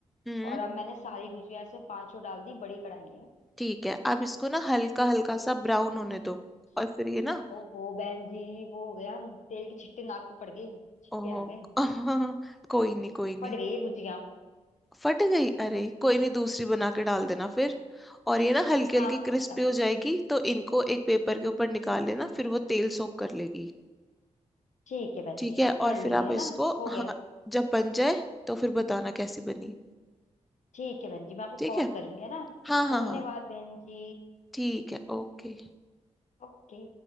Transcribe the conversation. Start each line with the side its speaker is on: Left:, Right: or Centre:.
Centre: हम्म
Left: और अब मैंने सारी गुजिया से पांचों डाल दी बड़ी कढ़ाई है
Centre: ठीक है अब इसको ना हल्का हल्का सा ब्राउन होने दो और फिर ये ना
Left: ओहो बहन जी वो हो गया तेल की छिट्टी नाक पे पड़ गई छिटके
Centre: ओह
Left: आ गए
Centre: <laughs> कोई नहीं कोई नहीं
Left: पड़ गई ये गुजिया
Centre: फट गई अरे कोई नहीं दूसरी बना के डाल देना फिर और ये ना हल्की
Left: हाँ
Centre: हल्की
Left: हाँ
Centre: क्रिस्पी
Left: डाल दूंगी
Centre: हो जाएगी तो इनको एक पेपर के ऊपर निकाल लेना फिर वो तेल सोक कर लेगी
Left: ठीक है बहन
Centre: ठीक
Left: जी
Centre: है
Left: कर
Centre: और फिर
Left: लूंगी
Centre: आप
Left: है
Centre: इसको
Left: ना हो गया
Centre: हाँ जब बन जाए तो फिर बताना कैसी बनी
Left: ठीक है बहन जी मैं आपको
Centre: ठीक
Left: कॉल
Centre: है
Left: करूंगी है ना
Centre: हाँ हाँ
Left: धन्यवाद
Centre: हाँ
Left: बहन जी
Centre: ठीक है ओके
Left: ओके